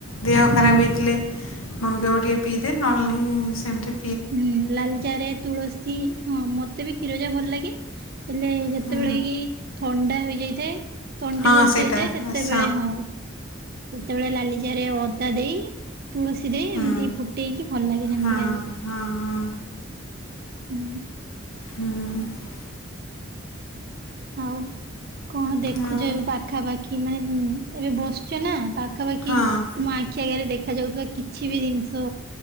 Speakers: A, on the left; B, on the right.
A: ଦେହ
B: ହୁଁ।
A: ଖରାପ ହେଇଥିଲେ ମମି କହିବ ଟିକେ ପିଇଦେ ନହେଲେ ନାଇଁ ସେମତି
B: ହୁଁ ଲାଲିଚା ରେ ତୁଳସୀ ହଁ ମତେ ବି କ୍ଷୀର ଚା ଭଲ ଲାଗେ। ହେଲେ ଯେତେବେଳେ
A: ହୁଁ
B: କି ଥଣ୍ଡା ହୋଇଯାଇଥାଏ ତଣ୍ଟି
A: ହଁ
B: ବସିଯାଇଥାଏ
A: ସେଇଟା
B: ସେତେବେଳେ
A: ବାସ୍
B: ହଁ। ସେତେବେଳେ ଲାଲି ଚାରେ ଅଦା ଦେଇ ତୁଳସୀ ଦେଇ
A: ହୁଁ।
B: ଏମିତି ଫୁଟେଇକି ଭଲ ଲାଗେ ସେମିତି
A: ହଁ
B: ଖାଇବାକୁ।
A: ହଁ ହଁ।
B: ହୁଁ
A: ହୁଁ
B: ଆଉ କଣ ଦେଖୁଛ
A: ଆଉ
B: ଏବେ ପାଖାପାଖି ମାନେ ଏବେ ବସଛ ନା? ପାଖାପାଖି
A: ହଁ।
B: ତୁମ ଆଖି ଆଗରେ ଦେଖାଯାଉଥିବା କିଛି ବି ଜିନିଷ